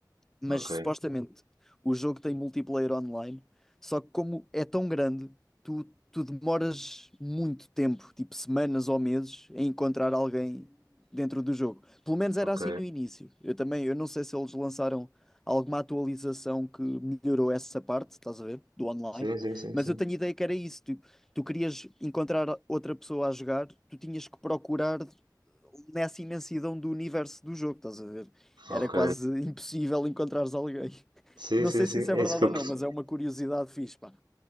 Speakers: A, in the centre; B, on the right (about 75°).
A: mas
B: ok,
A: supostamente o jogo tem multiplayer online, só que como é tão grande, tu, tu demoras muito tempo, tipo semanas ou meses, em encontrar alguém dentro do jogo. Pelo menos
B: ok.
A: era assim no início. Eu também, eu não sei se eles lançaram alguma atualização que melhorou essa parte, estás a ver, do online,
B: Sim, sim, sim,
A: mas
B: sim.
A: eu tenho ideia que era isso, tipo, tu querias encontrar outra pessoa a jogar, tu tinhas que procurar nessa imensidão do universo do jogo, estás a ver? Era
B: Ok.
A: quase <laughs> impossível encontrares alguém. <laughs>
B: Sim,
A: Não
B: sim,
A: sei
B: sim.
A: se isso é
B: É
A: verdade
B: isso que eu
A: ou não,
B: perce-
A: mas é uma curiosidade fixe, pá.